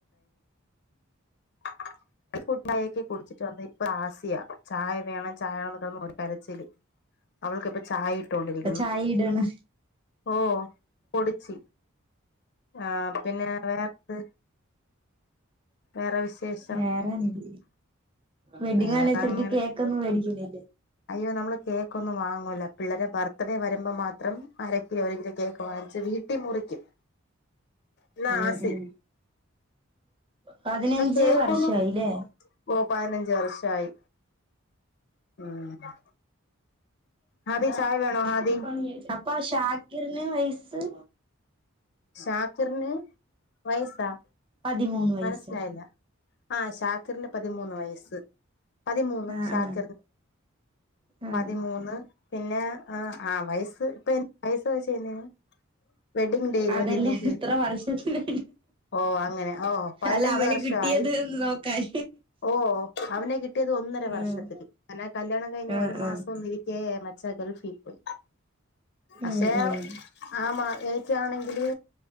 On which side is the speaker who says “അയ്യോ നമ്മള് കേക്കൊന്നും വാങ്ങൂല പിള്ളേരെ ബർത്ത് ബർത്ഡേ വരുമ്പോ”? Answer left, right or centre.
Left